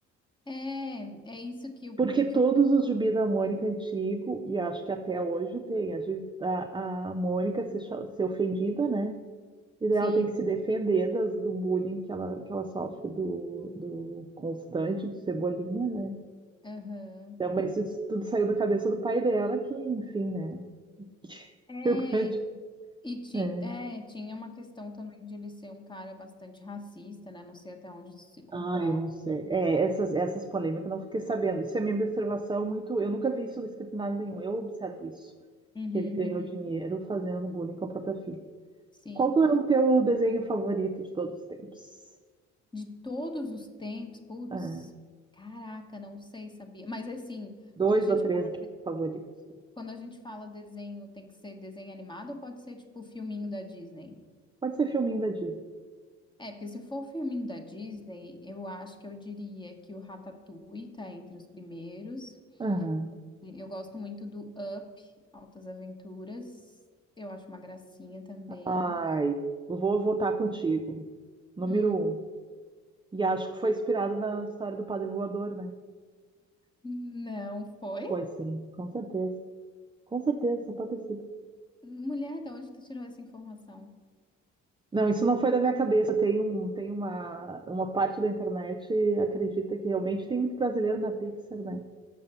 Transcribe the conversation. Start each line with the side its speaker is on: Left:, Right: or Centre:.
Left: É, é isso que eu...
Right: Porque todos
Left: Que eu
Right: os gibi da Mônica antigo, e acho que até hoje tem, a, gente- a, a Mônica ser, cha- ser ofendida, né? E daí
Left: sim,
Right: ela tem que se defender das, do bullying que ela, que ela sofre do, do Constante, do Cebolinha, né?
Left: aham.
Right: Então, mas isso tudo saiu da cabeça do pai dela, que, enfim, né? <laughs>
Left: É,
Right: Foi o grande.
Left: E ti,
Right: É.
Left: é, tinha uma questão também de ele ser um cara bastante racista, né? Não sei até onde isso se comprova.
Right: Ah, eu não sei. É, essas, essas polêmicas eu não fiquei sabendo. Isso é minha observação muito. Eu nunca vi isso escrito em nada nenhum. Eu observo isso.
Left: Uhum,
Right: Que ele ganhou
Left: uhum.
Right: dinheiro fazendo bullying com a própria filha.
Left: Sim.
Right: Qual que é o teu desenho favorito de todos os tempos?
Left: De todos os tempos, putz,
Right: Ah,
Left: caraca, não sei, sabia. Mas assim,
Right: dois
Left: quando a gente
Right: ou três
Left: fala,
Right: favoritos.
Left: quando a gente fala desenho, tem que ser desenho animado ou pode ser tipo filminho da Disney?
Right: Pode ser filminho da Disney.
Left: É, porque se for filminho da Disney, eu acho que eu diria que o Ratatouille tá entre os primeiros.
Right: Aham.
Left: Eu gosto muito do Up, Altas Aventuras. Eu acho uma gracinha também.
Right: Ai, vou votar contigo. Número
Left: Hum,
Right: um. E acho que foi inspirado na história do Padre Voador, né?
Left: não foi?
Right: Pois sim, com certeza. Com certeza, só pode ser.
Left: Mulher, de onde tu tirou essa informação?
Right: Não, isso não foi da minha cabeça. Tem um, tem uma, uma parte da internet acredita que realmente tem muito brasileiro na Pixar, né?